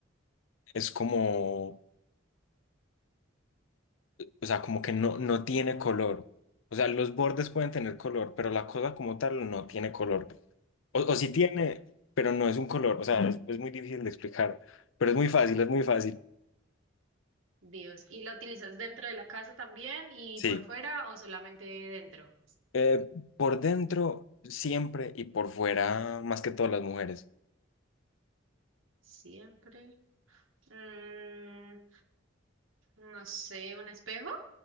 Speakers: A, on the left; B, on the right.
A: es como... O sea, como que no, no tiene color. O sea, los bordes pueden tener color, pero la cosa como tal no tiene color. O, o
B: Mm,
A: sí tiene, pero no es un color. O sea, es, es muy difícil de explicar, pero es muy fácil, es muy fácil.
B: Dios. ¿Y la utilizas dentro de la casa también y
A: Sí.
B: por fuera o solamente dentro?
A: Eh, por dentro siempre y por fuera más que todas las mujeres.
B: Siempre. Mm, no sé, ¿un espejo?